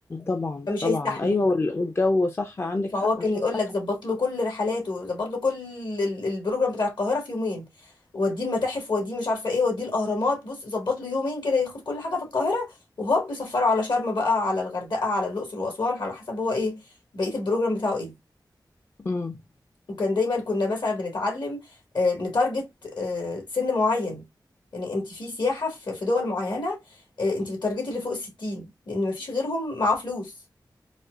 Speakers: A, on the left; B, on the left.
A: طبعا
B: فمش
A: طبعا
B: هيستحمل
A: ايوه وال- والجو صح عندك
B: فهو
A: حق
B: كان
A: مش
B: يقول
A: هيستحمل
B: لك ظبط له كل رحلاته ظبط له كل ال- البروجرام بتاع القاهره في يومين وديه المتاحف وديه مش عارفه ايه وديه الاهرامات بص ظبط له يومين كده ياخد كل حاجه في القاهره وهوب بيسفره على شرم بقى على الغردقه على الاقصر واسوان على حسب هو ايه بقيه البروجرام بتاعه ايه
A: امم
B: وكان دايما كنا مثلا بنتعلم آه، نتارجت آه، سن معين يعني انت في سياحه في في دول معينه آه، انت بتارجتي اللي فوق الستين لان مفيش غيرهم معاه فلوس